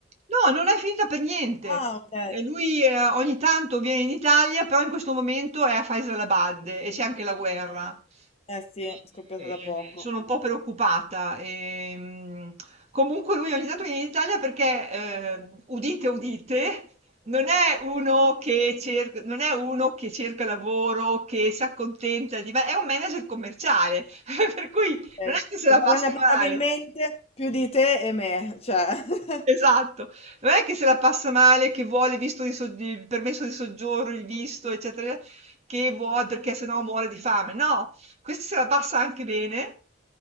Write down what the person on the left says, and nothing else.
Ah, ok.
Eh sì,
è scoppiata
da poco
adesso.
Eh,
Che
guadagna
probabilmente
più di te e me, cioè. <laughs>